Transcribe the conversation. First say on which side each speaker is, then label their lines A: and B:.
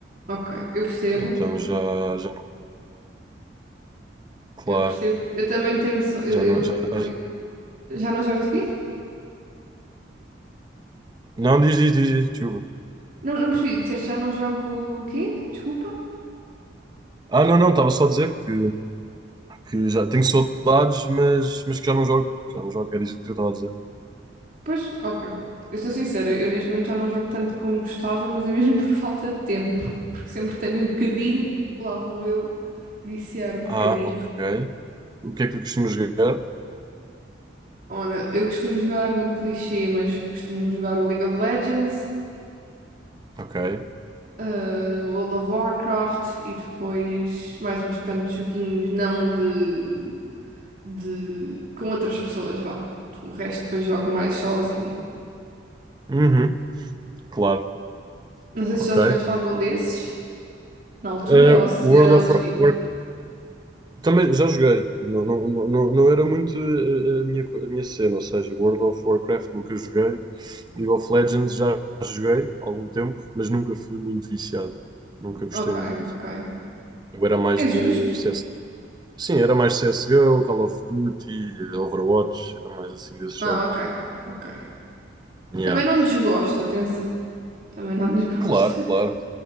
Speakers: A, on the right; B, on the right.
A: Ok, eu percebo.
B: Então já, já, claro,
A: Eu percebo. Eu também tenho. sa- Eu,
B: já não,
A: eu-
B: já,
A: ali-
B: já-
A: já não jogas o quê?
B: não, diz, diz, diz, diz, desculpa.
A: Não, não percebi. Disseste já não jogo o quê? Desculpa.
B: Ah, não, não, estava só a dizer que, que já tenho saudades, mas, mas que já não jogo. que Já não jogo, era isso que eu estava a dizer.
A: Pois, ok. Eu sou sincera, eu neste momento já não jogo tanto como gostava, mas é mesmo <laughs> por falta de tempo. Porque sempre tenho um bocadinho, lá vou eu viciar um bocadito.
B: Ah, ok. O que é que tu costumas jogar?
A: Olha, eu costumo jogar, muito clichê, mas costumo jogar o League of Legends,
B: Ok.
A: eh, World of Warcraft e depois mais uns quantos joguinhos, não de, de com outras pessoas, vá. O resto depois jogo mais sozinha.
B: Uhum, claro.
A: Não sei
B: Ok.
A: se já jogaste algum desses na altura
B: Eh,
A: ou se
B: World
A: era outro
B: of
A: tipo.
B: Warcraft também já joguei. Não, não, não, não não era muito eh, a minha, co- a minha cena, ou seja, World of Warcraft nunca joguei. League of Legends já joguei há algum tempo, mas nunca fui muito viciado. Nunca gostei
A: Ok,
B: muito.
A: ok.
B: Eu era mais
A: É justo?
B: de Sim, era mais CSGO, Call of Duty, Overwatch, era mais assim desses
A: Ah,
B: jogos.
A: ok, ok.
B: Yeah.
A: Também não desgosto, atenção. Também não desgosto.
B: Claro, claro.